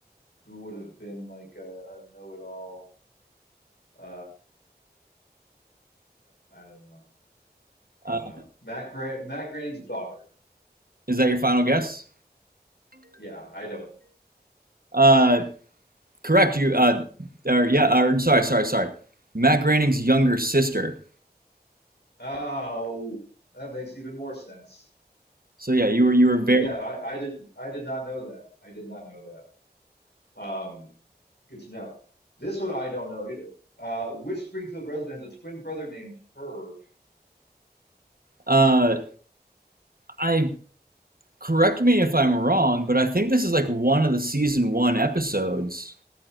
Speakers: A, on the left (about 85°); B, on the right (about 60°).
A: Who would have been like a, a know-it-all? Uh, I don't know. I
B: Uh,
A: don't know. Matt Grant, Matt Groening's daughter.
B: is that your final guess?
A: Yeah, I don't.
B: Uh, correct. You. Uh, or, yeah. Or, sorry. Sorry. Sorry. Matt Groening's younger sister.
A: Oh, that makes even more sense.
B: So yeah, you were you were very.
A: Yeah, I, I didn't. I did not know that. I did not know that. Um, good to know. This one I don't know either. Uh, which Springfield resident has a twin brother named Herb?
B: Uh, I correct me if I'm wrong, but I think this is like one of the season one episodes